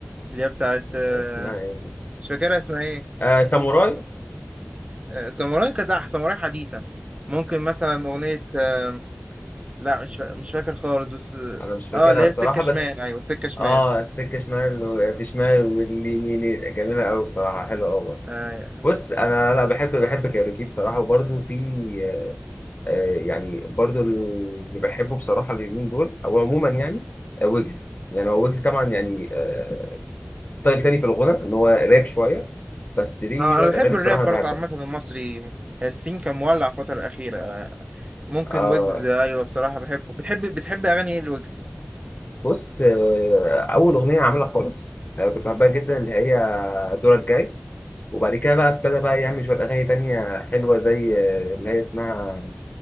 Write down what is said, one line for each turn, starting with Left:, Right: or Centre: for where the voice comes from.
Right: اللي هي بتاعت آه،
Left: اسمها يعني
Right: مش فاكرها اسمها إيه
Left: آه ساموراي
Right: آه، ساموراي كدح ساموراي حديثة ممكن مثلا أغنية آه، لا مش فا- مش فاكر خالص بس
Left: انا مش فاكرها
Right: اه اللي هي
Left: بصراحه
Right: السكة شمال
Left: بس
Right: أيوه السكة شمال
Left: اه السكه شمال و- في شمال واليمين جميله قوي بصراحه حلوه قوي
Right: آه.
Left: بص انا
Right: <laughs>
Left: لا بحب بحب كايروكي بصراحه وبرده في آه، يعني برضو اللي بحبه بصراحة اليومين دول أو عموما يعني آه، ويجز يعني هو ويجز طبعا يعني آه، ستايل تاني في الغنى إن هو راب شوية بس ليه
Right: اه
Left: شوية
Right: أنا بحب
Left: أغاني
Right: الراب
Left: بصراحة أنا
Right: برضه
Left: بحبها
Right: عامة المصري السين كان مولع الفترة الأخيرة ممكن
Left: آه
Right: ويجز ايوه بصراحه بحبه بتحب بتحب اغاني ايه الويجز
Left: بص آه، أول أغنية عاملها خالص آه، كنت بحبها جدا اللي هي دورك جاي وبعد كده بقى ابتدى بقى يعمل شوية أغاني تانية حلوة زي آه، اللي هي اسمها